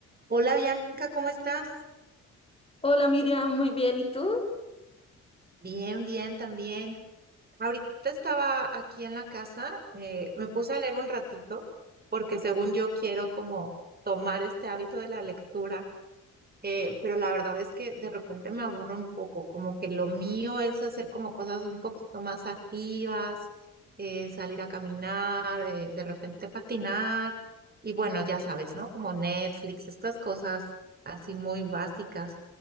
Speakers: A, on the right (about 30°); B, on the left (about 20°).
A: Hola Bianca, ¿cómo estás?
B: Hola Miriam, muy bien. ¿Y tú?
A: Bien, bien, también. Ahorita estaba aquí en la casa, eh, me puse a leer un ratito porque según yo quiero como tomar este hábito de la lectura Eh, pero la verdad es que de repente me aburro un poco, como que lo mío es hacer como cosas un poquito más activas, eh, salir a caminar, eh, de repente patinar y bueno, ya sabes, ¿no? Como Netflix, estas cosas así muy básicas,